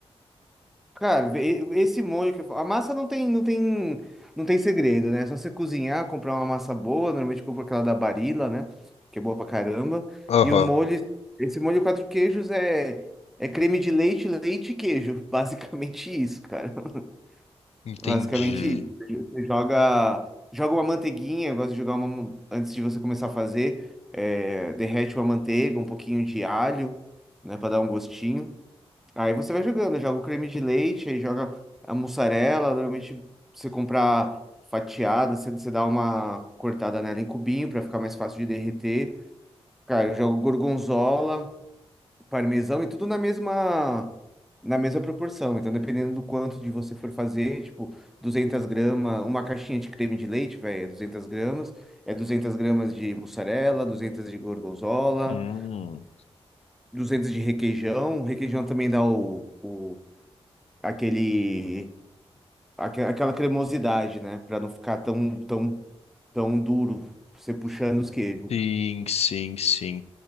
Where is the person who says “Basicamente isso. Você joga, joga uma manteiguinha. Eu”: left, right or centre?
Centre